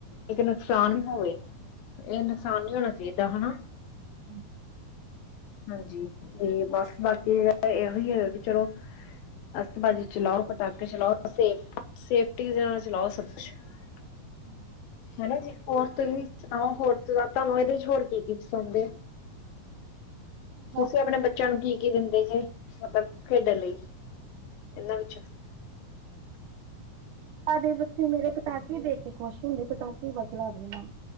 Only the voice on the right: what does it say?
ਹੂੰ।
ਹੂੰ।
ਬਸ
ਸਾਡੇ ਬੱਚੇ ਮੇਰੇ ਪਟਾਕੇ ਦੇਖ, ਕੇ ਖੁਸ਼ ਹੁੰਦੇ ਪਟਾਕੇ ਬਸ ਲਾ ਦੇ ਨੇ।